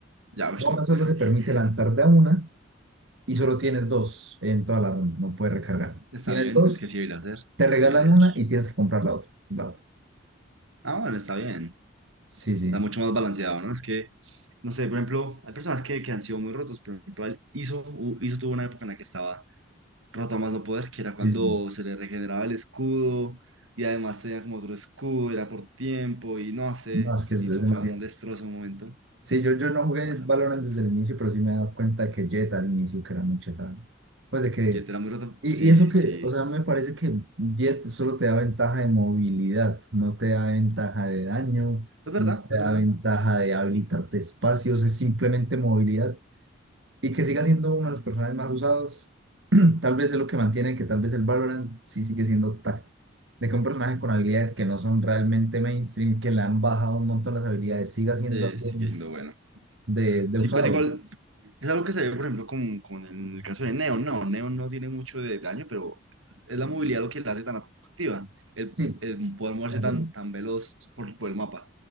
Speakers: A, on the right; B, on the right.
A: ya, pues
B: Ahora
A: no.
B: solo se permite
A: <laughs>
B: lanzar de a una y solo tienes dos en toda la ronda, no puedes recargar.
A: Está
B: Tienes
A: bien,
B: dos,
A: es que así debería ser,
B: te regalan
A: así debería ser.
B: una y tienes que comprar la otra. La otra.
A: Ah, bueno, está bien.
B: Sí, sí,
A: Está mucho más balanceado, ¿no? Es que, no sé, por ejemplo, hay personas que, que han sido muy rotos. Por ejemplo, al Iso, u- Iso tuvo una época en la que estaba roto a más no poder, que era cuando
B: sí, sí.
A: se le regeneraba el escudo y además tenía como otro escudo, era por tiempo y no sé.
B: No, es que
A: Iso
B: es, es demasiado.
A: fue un destrozo, un momento
B: Sí, yo, yo no jugué
A: bastante
B: Valorant
A: intenso.
B: desde el inicio, pero sí me he dado cuenta que Jett al inicio que era muy chetada. Pues de que.
A: ¿Que te era muy roto?
B: Y,
A: Sí,
B: y eso
A: sí,
B: que,
A: sí.
B: o sea, me parece que Jett solo te da ventaja de movilidad, no te da ventaja de daño,
A: Es verdad,
B: no te
A: es
B: da
A: verdad.
B: ventaja de habilitarte espacios, es simplemente movilidad. Y que siga siendo uno de los personajes más usados Tal vez es lo que mantiene que tal vez el Valorant sí sigue siendo táctico. De que un personaje con habilidades que no son realmente mainstream, que le han bajado un montón las habilidades, siga siendo
A: Sí,
B: algo
A: sigue siendo bueno.
B: de, de
A: Sí,
B: usado.
A: pues igual, Es algo que se ve, por ejemplo, con, con el caso de Neo. No, Neo no tiene mucho de daño, pero es la movilidad lo que la hace tan atractiva. El,
B: Sí,
A: el poder moverse
B: es
A: tan,
B: verdad.
A: tan veloz por, por el mapa